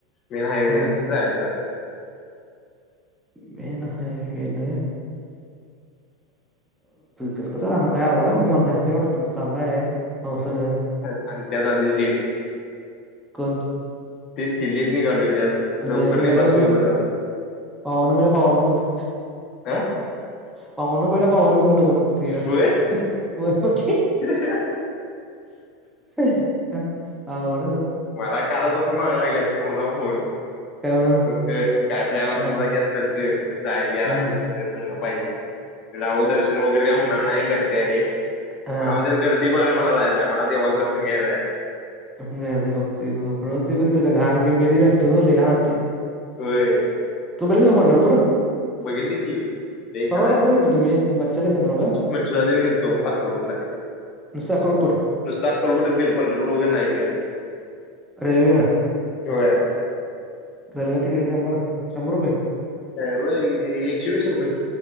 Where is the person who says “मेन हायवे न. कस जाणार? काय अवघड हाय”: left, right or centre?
Centre